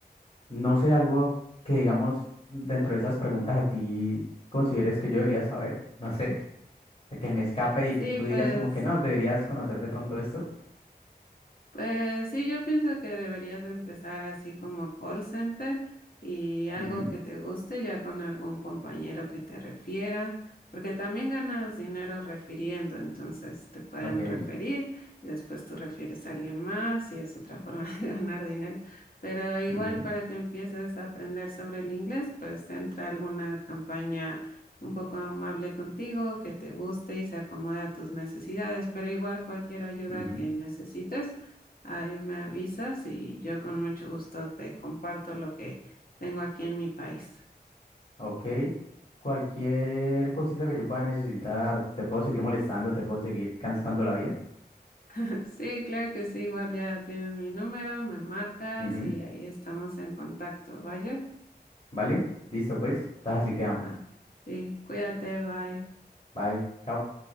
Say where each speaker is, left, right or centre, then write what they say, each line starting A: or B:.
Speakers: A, on the left; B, on the left.
A: no sé, algo que digamos dentro de esas preguntas a ti consideres que yo debería saber, no sé, <laughs> que me escape y
B: Sí,
A: que tú digas
B: pues
A: como que no, deberías conocer de pronto esto.
B: Pues sí, yo pienso que deberías de empezar así como call center y algo
A: Ujú,
B: que te guste ya con algún compañero que te refiera, porque también ganas dinero refiriendo, entonces te pueden
A: Ok.
B: referir y después tú refieres a alguien más y es otra forma <laughs> de ganar dinero. Pero igual
A: ujú,
B: para que empieces a aprender sobre el inglés, pues entra a alguna campaña un poco amable contigo, que te guste y se acomode a tus necesidades, pero igual cualquier ayuda
A: ujú.
B: que necesites. Ahí me avisas y yo con mucho gusto te comparto lo que tengo aquí en mi país.
A: Ok. Cualquier cosita que yo pueda necesitar, te puedo seguir molestando, te puedo seguir cansando la vida.
B: <laughs> Sí, claro que sí, igual ya tienes mi número, me marcas
A: Ujú,
B: y ahí estamos en contacto, ¿vaya?
A: ¿Vale? Listo, pues. Entonces así quedamos.
B: Ah, sí, cuídate, bye.
A: Bye. Chao.